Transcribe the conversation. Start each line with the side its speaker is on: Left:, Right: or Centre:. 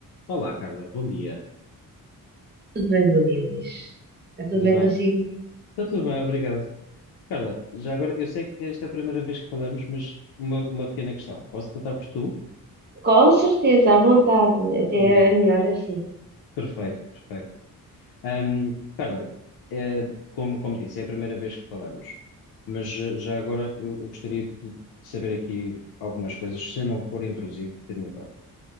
Left: Olá, Carla, bom dia.
Right: Tudo bem, bom dia, Luís. Está tudo
Left: Tudo
Right: bem
Left: bem?
Right: consigo?
Left: Está tudo bem, obrigado. Carla, já agora, eu sei que esta é a primeira vez que falamos, mas uma, uma pequena questão. Posso tratar por tu?
Right: Com certeza, à vontade. Até
Left: Muito
Right: é melhor
Left: bem.
Right: assim.
Left: Perfeito, perfeito. Ahm, Carla, eh, como, como disse, é a primeira vez que falamos, mas eh, já agora eu, eu gostaria de saber aqui algumas coisas, se não for intrusivo da minha parte.